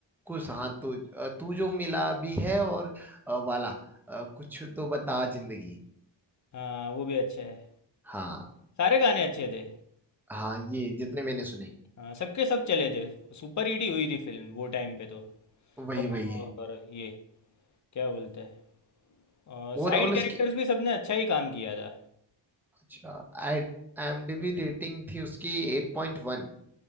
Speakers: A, in the centre; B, on the left.
A: कुछ हाँ तू अ, तू जो मिला भी है और अ, वाला अ, कुछ तो बता जिंदगी
B: हाँ वो भी अच्छा है
A: हाँ
B: सारे गाने अच्छे थे
A: हाँ ये जितने मैंने सुने
B: हाँ सबके सब चले थे सुपर हिट ही हुई थी फिल्म वो टाइम पे तो
A: वही
B: और
A: वही है
B: ये क्या बोलते हैं और
A: ओवरऑल
B: साइड
A: उसकी
B: कैरेक्टर्स भी सबने अच्छा ही काम किया था
A: अच्छा आई IMDb रेटिंग थी उसकी 8.1